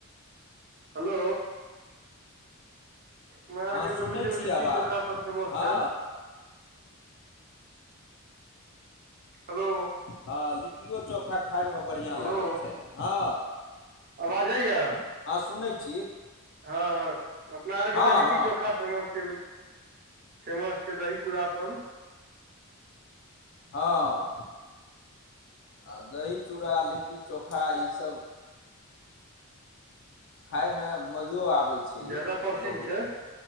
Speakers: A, on the right; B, on the left.
A: hello हमरा आर
B: हँ
A: के तो
B: सुनै
A: बुझियौ
B: छी
A: लिट्टी
B: आवाज
A: चोखा सब फेमस
B: हँ
A: छै हेलो
B: हँ लिट्टिओ चोखा खायमे बढ़िआँ
A: हेलो
B: लागै छै हँ
A: आवाज जाइया
B: हँ सुनै छी
A: हँ ह अपना आर के
B: हँ
A: तऽ लिट्टी चोखा
B: हँ
A: फेमस छै फेमस छै दही चूड़ा सभ
B: हँ दही चूड़ा लिट्टी चोखा ईसब खायमे मजो आबै छै
A: ज्यादा
B: यौ
A: प्रसिद्ध
B: बहुत
A: छै